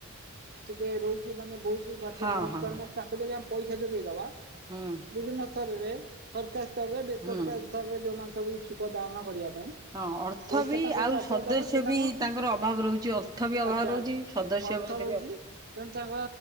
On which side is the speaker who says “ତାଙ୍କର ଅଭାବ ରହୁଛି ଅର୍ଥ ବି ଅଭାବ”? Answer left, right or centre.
Right